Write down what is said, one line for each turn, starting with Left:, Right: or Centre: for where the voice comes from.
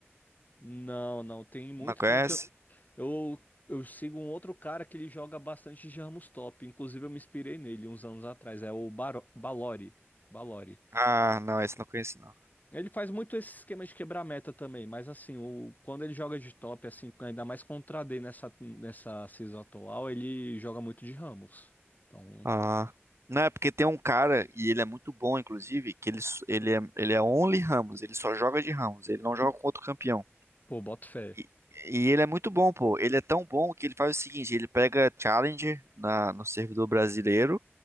Left: não, não. Tem muito
Right: Não conhece?
Left: tempo que eu. Eu, eu sigo um outro cara que ele joga bastante de Ramos top. Inclusive, eu me inspirei nele uns anos atrás. É o Baro... Balori. Balori.
Right: Ah, não, esse eu não conheço, não.
Left: Ele faz muito esse esquema de quebrar meta também, mas assim, o, quando ele joga de top, assim, ainda mais contra a AD nessa, nessa season atual, ele joga muito de Ramos. Então,
Right: Ah. Não, é porque tem um cara, e ele é muito bom, inclusive, que ele, s- ele é, ele é only Ramos, ele só joga de Ramos, ele não joga com outro campeão.
Left: pô, boto fé.
Right: E, e ele é muito bom, pô. Ele é tão bom que ele faz o seguinte, ele pega Challenger na, no servidor brasileiro,